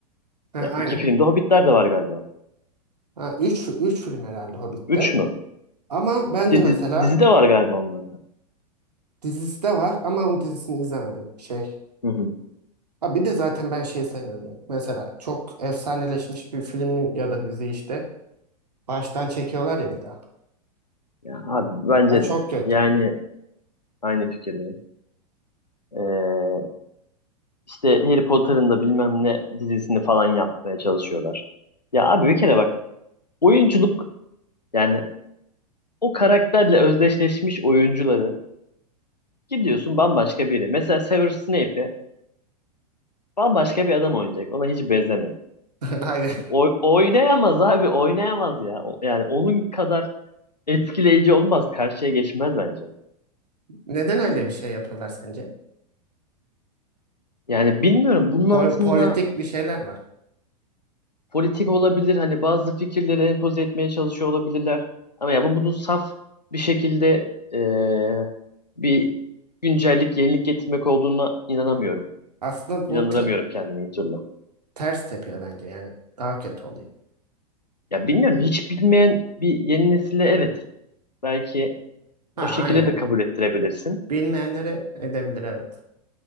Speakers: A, on the right (about 70°); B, on the left (about 80°).
A: Ha,
B: Ya
A: aynen.
B: iki filmde Hobbitler de var galiba.
A: Ha, üç, üç film herhalde Hobbit'te.
B: Üç mü?
A: Ama ben
B: Bir
A: de mesela
B: de di- dizi de var galiba onlarda.
A: dizisi de var ama onun dizisini izlemedim. Şey
B: Hı hı.
A: Ha bir de zaten ben şeyi sevmiyorum. ya. Mesela çok efsaneleşmiş bir film ya da dizi işte. Baştan çekiyorlar ya bir daha.
B: Ya abi bence
A: O çok
B: de.
A: kötü.
B: Yani aynı fikirdeyim. Ee, işte Harry Potter'ın da bilmem ne dizisini falan yapmaya çalışıyorlar. Ya abi bir kere bak oyunculuk yani o karakterle özdeşleşmiş oyuncuları gidiyorsun bambaşka biri. Mesela Severus Snape'i bambaşka bir adam oynayacak. Ona hiç benzemiyor.
A: <laughs> Aynen.
B: İşte Oy- oynayamaz abi oynayamaz ya. O- Yani onun kadar etkileyici olmaz. Karşıya geçmez bence.
A: Neden öyle bir şey yapıyorlar sence?
B: Yani bilmiyorum bunun
A: Pol-
B: altında
A: politik bir şeyler var.
B: politik olabilir. Hani bazı fikirleri empoze etmeye çalışıyor olabilirler. Ama ya bu bunu saf bir şekilde eee, bir güncellik, yenilik getirmek olduğuna inanamıyorum.
A: Aslında
B: İnandıramıyorum
A: bu te-
B: kendimi bir türlü.
A: ters tepiyor bence yani. Daha kötü oluyor.
B: Ya bilmiyorum hiç bilmeyen bir yeni nesile evet belki
A: Ha
B: o şekilde
A: aynen.
B: de kabul ettirebilirsin.
A: Bilmeyenlere edebilir evet.